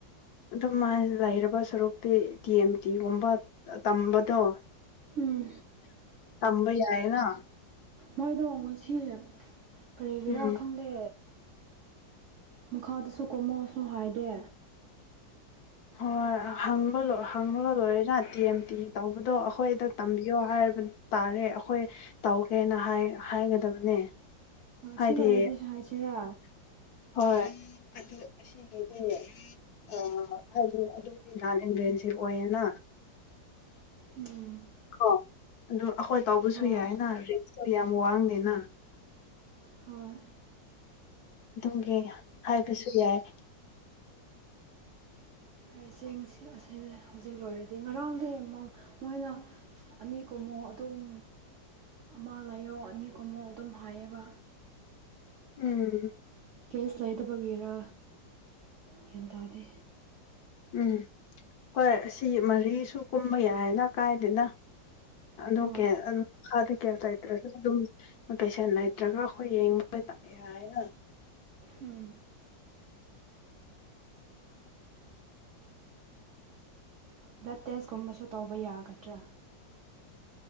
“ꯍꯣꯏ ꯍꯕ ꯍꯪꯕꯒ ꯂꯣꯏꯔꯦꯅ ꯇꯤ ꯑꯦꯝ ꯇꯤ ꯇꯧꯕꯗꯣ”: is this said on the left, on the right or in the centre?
Left